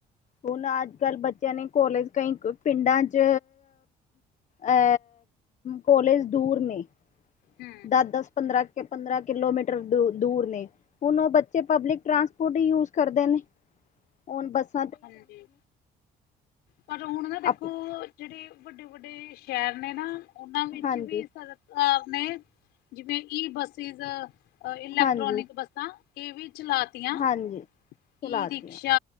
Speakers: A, on the left; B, on the left.
A: ਹੁਣ ਅੱਜ-ਕਲ੍ਹ ਬੱਚਿਆਂ ਨੀ ਕੋਲਜ ਕਈ ਪਿੰਡਾਂ ਚ ਅ ਕੋਲੇਜ ਦੂਰ ਨੇ
B: ਹੂ
A: ਦਸ-ਦਸ, ਪੰਦਰਾਂ- ਪੰਦਰਾਂ ਕਿਲੋਮੀਟਰ ਦ ਦੂਰ ਨੇ ਹੁਣ ਉਹ ਬੱਚੇ ਪਬਲਿਕ ਟ੍ਰਾਂਸਪੋਰਟ ਈ ਯੂਜ ਕਰਦੇ ਨੇ, ਹੁਣ ਬੱਸ
B: ਹਾਂਜੀ। ਪਰ ਹੁਣ ਨਾ ਦੇਖੋ
A: ਆਪ
B: ਜਿਹੜੇ ਵੱਡੇ-ਵੱਡੇ ਸ਼ਹਿਰ ਨੇ ਨਾ ਉਹਨਾਂ ਵਿੱਚ
A: ਹਾਂਜੀ
B: ਵੀ ਫ ਅ ਨੇ ਜਿਵੇਂ ਈ ਬੱਸੀਸ ਇਲੈਕਟ੍ਰੋਨਿਕ
A: ਹਾਂਜੀ
B: ਬੱਸ ਤਾਂ ਇਹ ਵੀ ਚਲਾਤੀਆਂ,
A: ਹਾਂਜੀ ਚਲਾਤੀਆਂ
B: ਈ ਰਿਕਸ਼ਾ